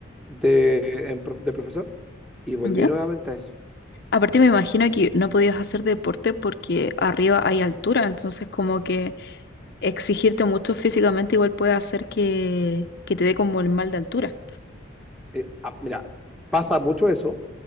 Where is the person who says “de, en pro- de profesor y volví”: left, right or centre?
Centre